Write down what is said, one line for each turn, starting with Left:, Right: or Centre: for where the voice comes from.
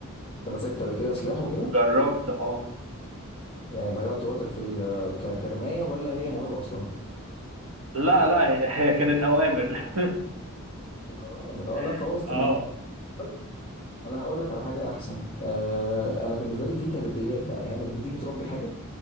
Left: انت مسكت قبل كده سلاح وكده
Right: جربت اه
Left: يعني ضيعت وقتك في ال- ك- كرمايه ولا هي موهبه اصلا
Right: لا لا هي <laughs> هي كانت اوامر
Left: اوامر اه لا
Right: <laughs>
Left: خلاص تمام
Right: اه
Left: طيب. انا هقول لك على حاجه احسن آه انا بالنسبه لي في تربيات بقى يعني لما تيجي تربي حاجه